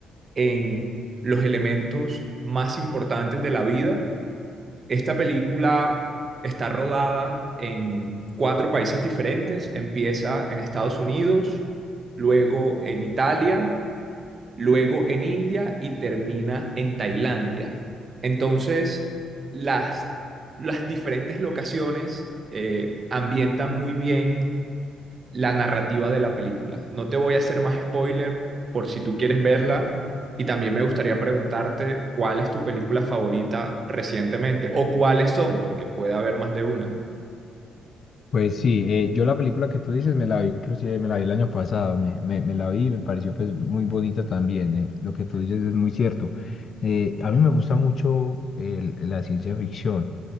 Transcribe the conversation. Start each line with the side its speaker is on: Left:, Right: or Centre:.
Right: en los elementos más importantes de la vida esta película está rodada en cuatro países diferentes. Empieza en Estados Unidos, luego en Italia, luego en India y termina en Tailandia. Entonces, las, las diferentes locaciones eh, ambientan muy bien la narrativa de la película. No te voy a hacer más spoiler por si tú quieres verla y también me gustaría preguntarte cuál es tu película favorita recientemente o cuáles son, porque puede haber más de una.
Left: Pues sí, eh, yo la película que tú dices me la vi, inclusive me la vi el año pasado, me, me, me la vi y me pareció pues muy bonita también, eh, Lo que tú dices es muy cierto. Eh, a mí me gusta mucho eh, la ciencia ficción